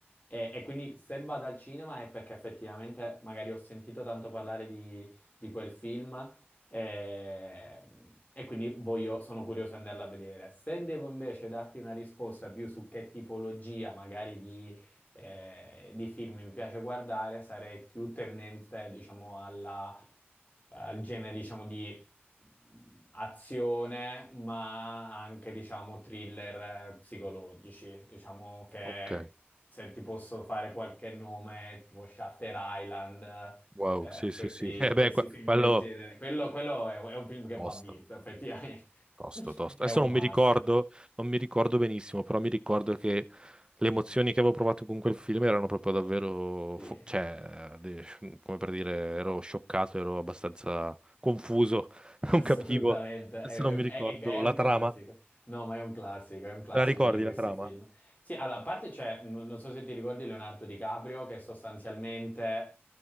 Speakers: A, on the left; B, on the right.
A: E, e quindi se vado al cinema è perché effettivamente magari ho sentito tanto parlare di, di quel film e, e quindi voglio- sono curioso di andarla a vedere. Se devo invece darti una risposta più su che tipologia magari di, eh, di film mi piace guardare, sarei più tendente, diciamo, alla al genere, diciamo, di mh, azione, ma anche, diciamo, thriller eh, psicologici. Diciamo che
B: ok.
A: se ti posso fare qualche nome, tipo Shutter Island,
B: Wow,
A: eh,
B: sì, sì,
A: questi,
B: sì. <laughs> Eh
A: questi
B: beh, que-
A: film
B: quello...
A: del genere. Quello, quello è, è un film che
B: tosto.
A: va visto, effettivamente.
B: Tosto,
A: <laughs>
B: tosto.
A: È
B: Adesso
A: un
B: non
A: must.
B: mi ricordo, non mi ricordo benissimo, però mi ricordo che le emozioni che avevo provato con quel film erano proprio davvero,
A: Sì.
B: fu- cioè, de- come per dire, ero scioccato, ero abbastanza confuso,
A: Assolutamente,
B: <laughs> non capivo. Adesso
A: è,
B: non mi
A: è-
B: ricordo
A: è- è
B: la
A: un classico.
B: trama.
A: No, ma è un classico, è un classico
B: Te la ricordi
A: di questi
B: la trama?
A: film. Sì, allora, a parte c'è, n- non so se ti ricordi Leonardo DiCaprio, che sostanzialmente